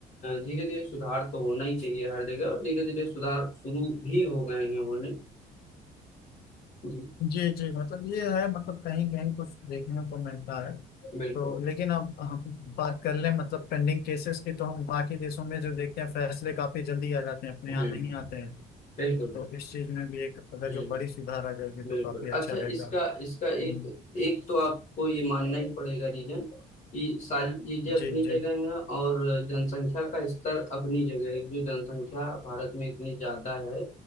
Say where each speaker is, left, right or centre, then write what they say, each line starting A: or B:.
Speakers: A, on the left; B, on the left.
A: धीरे धीरे सुधार तो होना ही चाहिए हर जगह और धीरे धीरे सुधार शुरू भी हो गए हैं होने जी
B: जी जी मतलब ये है मतलब कहीं कहीं कुछ देखने को मिलता है
A: बिल्कुल
B: तो लेकिन अब हम बात कर लें मतलब पेंडिंग केसेस की तो हम बाकी देशों में जो देखते हैं फैसले काफी जल्दी आ जाते हैं अपने
A: हम्म
B: यहाँ नहीं आते हैं
A: बिल्कुल
B: तो इस चीज में भी एक अगर
A: हम्म
B: जो बड़ी सुधार आ जाएगी
A: बिल्कुल
B: तो काफी अच्छा
A: अच्छा
B: रहेगा
A: इसका इसका
B: हम्म,
A: एक एक तो आपको ये मानना ही पड़ेगा रीजन कि सारी चीजें अपनी
B: जी जी
A: जगह हैं और जनसंख्या का स्तर अपनी जगह है जो जनसंख्या भारत में इतनी ज्यादा है